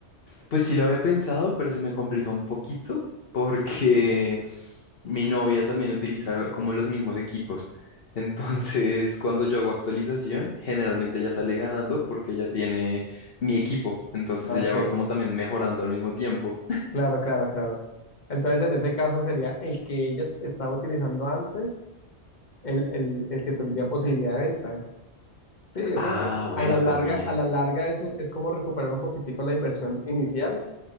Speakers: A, on the left (about 60°); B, on the left (about 40°).
A: pues sí lo había pensado, pero se me complica un poquito porque <laughs> mi novia también utiliza como los mismos equipos. Entonces, cuando yo hago actualización, generalmente ella sale ganando porque ella tiene mi equipo. Entonces
B: Ah,
A: ella
B: Ok,
A: va como también mejorando al mismo tiempo.
B: claro, claro, claro. Entonces en ese caso sería el que ella estaba utilizando antes, el, el el que tendría posibilidad de venta. Sí, yo
A: Ah,
B: creo que
A: bueno,
B: a la larga,
A: también.
B: a la larga eso es como recuperar un poquitico la inversión inicial